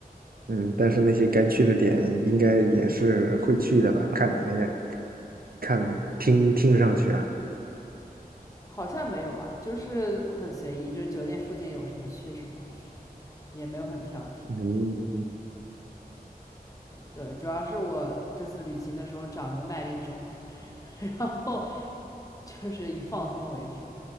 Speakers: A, on the right; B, on the left.
A: 嗯，但是那些该去的点应该也是会去的吧？看你那个，看听听上去啊，
B: 好像没有啊，就是很随意，就是酒店附近有什么去什么，也没有很挑剔。
A: 嗯，
B: 对，主要是我这次旅行的时候长了个麦粒肿，<laughs> 然后就是以放松为主，